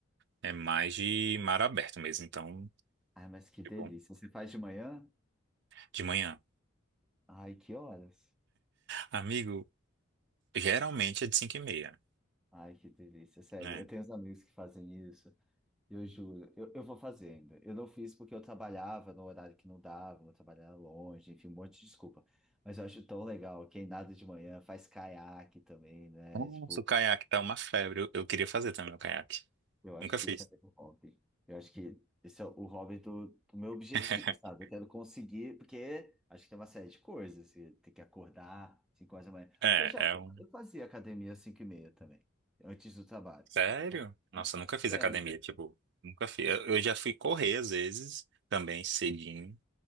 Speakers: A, on the right; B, in the centre.
A: É mais de mar aberto mesmo. Então,
B: Ai, mas que
A: tipo,
B: delícia. Você faz de manhã?
A: de manhã.
B: Ai, que horas?
A: Amigo, geralmente é de 5 e meia,
B: Ai, que delícia. Sério,
A: né?
B: eu tenho uns amigos que fazem isso. Eu juro, eu, eu vou fazer ainda. Eu não fiz porque eu trabalhava no horário que não dava, eu trabalhava longe, enfim, um monte de desculpa. Mas eu acho tão legal. Quem nada de manhã faz caiaque também, né?
A: Nossa,
B: Tipo,
A: o caiaque tá uma febre. Eu, eu queria fazer também o caiaque.
B: Eu acho
A: Nunca fiz.
B: que esse é meu hobby. Eu acho que esse é o hobby do, do meu objetivo,
A: <laughs>
B: sabe? Eu quero conseguir, porque acho que tem uma série de coisas. Você tem que acordar 5 horas da manhã.
A: É,
B: O que eu já
A: é um.
B: eu fazia academia às 5 e meia também, antes do trabalho.
A: Sério?
B: Só que academia
A: Nossa,
B: é mais fácil.
A: eu nunca fiz
B: Sério.
A: academia, tipo, nunca fiz. Eu, eu já fui correr às vezes, também cedinho,